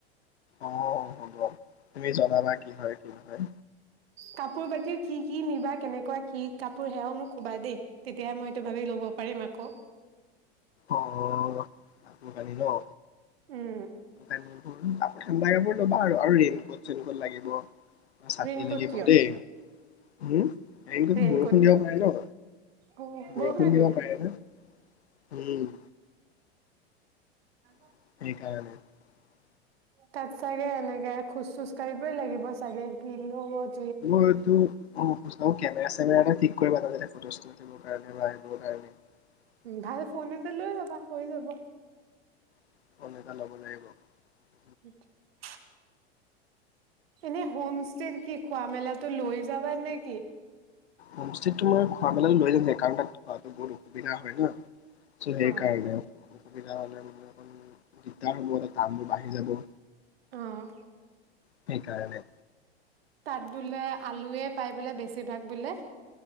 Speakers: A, on the left (about 80°); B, on the right (about 65°).
A: অঁ হ'ব তুমি জনাবা কি হয় কি নহয়
B: কাপোৰ বাকী কি কি নিবা কেনেকুৱা কি কাপোৰ সেয়াও মোক ক'বা দেই তেতিয়াহে মই এইটো ভাবি ল'ব পাৰিম আকৌ
A: অঁ কাপোৰ-কানি ন
B: উম
A: <unintelligible> লাগিব, চাটনি
B: ৰেইনকোট
A: লাগিব
B: কিয়?
A: দেই, উম
B: ৰেইনকোট
A: বৰষুণ দিব
B: কিয়?
A: পাৰে ন?
B: অ',
A: বৰষুণ
B: বৰষুণে
A: দিব
B: দিয়ে।
A: পাৰে ন? উম
B: <unintelligible>
A: <unintelligible>
B: তাত চগে এনেকে খোজ চোজ কাঢ়িবই লাগিব চাগে কি লগত।
A: মইটো অ' কেমেৰা চেমেৰা এটা ঠিক কৰিবা তাতে। <unintelligible>
B: ভাল ফোন লৈ যবা। হৈ যাব।
A: <unintelligible>
B: <unintelligible> এনেই হোম ষ্টেৰ কি খোৱা মেলাটো লৈ যাবা নে কি?
A: ো মই খোৱাবেলাক লৈ যাম কাৰণ তাত খোৱাাতো বহুত অসুবিধা হয় ন চ সেই
B: অ',
A: কাৰণ। অসুবিধা হ'লে মানে অকণ দিগদাৰ হ'ব দামটোোৰ বাঢ়ি যাব।
B: অ'
A: সেইকাৰণে।
B: তাত বোলে আলুয়ে পাই বোলে বেছিভাগ বোলে?